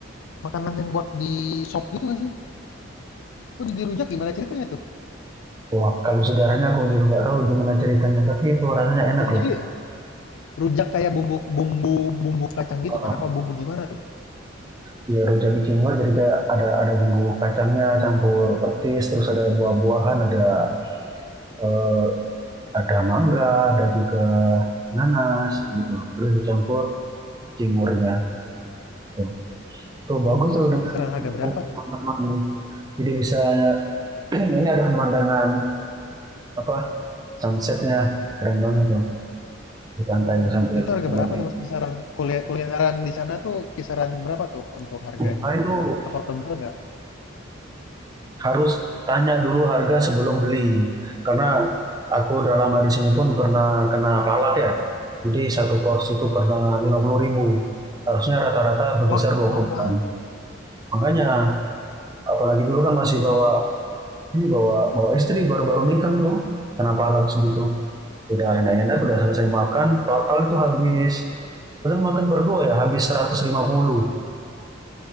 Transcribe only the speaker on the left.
makanan yang buat di shop gitu nggak sih? Kok jadi rujak gimana ceritanya tuh?
Itu jadi
rujak kayak bumbu bumbu bumbu kacang gitu
kan? Apa bumbu gimana tuh?
Oh, oh,
itu
kisaran harga berapa
tuh?
Hmm,
Itu harga
berapa tuh Mas kisaran? Kuliah kulineran di sana tuh kisaran berapa tuh untuk harganya?
Affordable nggak?
Hah,
mahal banget.